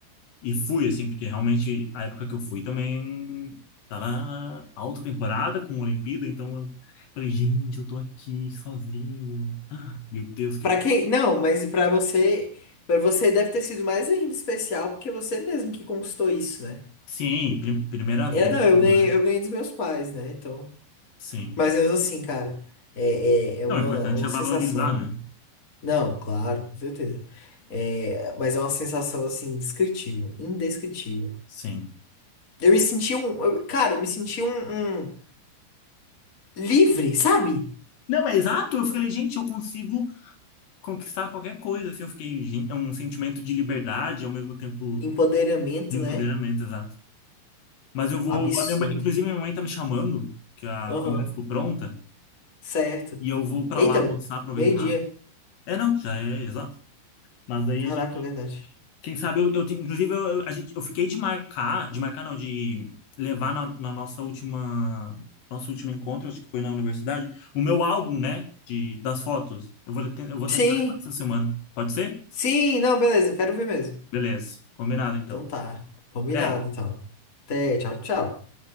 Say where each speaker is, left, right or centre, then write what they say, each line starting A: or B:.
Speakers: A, on the left; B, on the left.
A: E fui, assim, porque realmente a época que eu fui também tava alta temporada com a Olimpíada, então eu falei, gente, eu tô aqui sozinho. <gasps> Ah, Meu Deus, que.
B: Para quem? Não, mas para você, para você deve ter sido mais ainda especial porque você mesmo que conquistou isso, né?
A: Sim, prim- primeira vez,
B: É, não,
A: tudo,
B: eu ganhei,
A: né?
B: eu ganhei dos meus pais, né? Então,
A: Sim.
B: mas mesmo assim, cara, é, é, é uma,
A: Não, o importante
B: é uma
A: é
B: sensação.
A: valorizar, né?
B: Não, claro, com certeza. É, mas é uma sensação assim, descritível, indescritível.
A: Sim.
B: Eu me senti um. eu- cara, eu me senti um, um livre, sabe?
A: Não, é exato. Eu falei, gente, eu consigo conquistar qualquer coisa. Assim, eu fiquei, gente, é um sentimento de liberdade, ao mesmo tempo
B: Empoderamento,
A: de
B: né?
A: empoderamento, exato. Mas eu vou.
B: Absurdo.
A: a minha mãe- inclusive, minha mãe tá me chamando, que a
B: Aham,
A: comida ficou pronta.
B: certo.
A: e eu vou para
B: Eita,
A: lá almoçar, aproveitar.
B: meio-dia.
A: É, não, já é, exato. Mas daí
B: Caraca,
A: a gente,
B: é verdade.
A: quem sabe, eu, eu tenho- inclusive, eu, eu- a gente, eu fiquei de marcar, de marcar não, de levar na, na nossa última, nosso último encontro, acho que foi na universidade, o meu álbum, né, de, das fotos. Eu vou, te- eu vou tentar
B: Sim,
A: levar essa semana. Pode ser?
B: sim, não, beleza, quero ver mesmo.
A: Beleza, combinado então.
B: Então tá, combinado
A: Até.
B: então. Até, tchau, tchau.